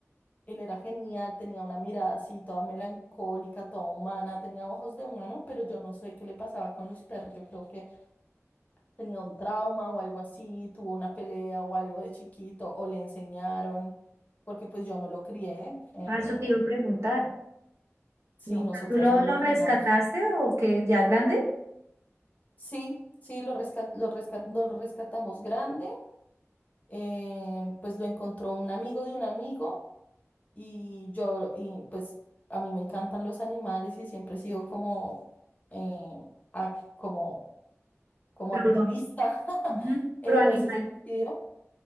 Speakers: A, on the left (about 30°); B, on the right (about 65°).
A: él era genial, tenía una mirada así toda melancólica, toda humana, tenía ojos de humano, pero yo no sé qué le pasaba con los perros, yo creo que tenía un trauma o algo así, tuvo una pelea o algo de chiquito, o le enseñaron, porque pues yo no lo crié, eh,
B: Ah, eso te iba a preguntar.
A: sí,
B: No.
A: nosotras
B: ¿Tú lo,
A: no
B: lo
A: lo criamos.
B: rescataste o qué? ¿Ya grande?
A: Sí, sí, lo resca- lo resca- lo rescatamos grande, eh, pues lo encontró un amigo de un amigo y yo, y pues a mí me encantan los animales y siempre he sido como, eh, ac- como, como
B: Pro,
A: activista <laughs>
B: ujú,
A: en
B: pro animal.
A: ese sentido.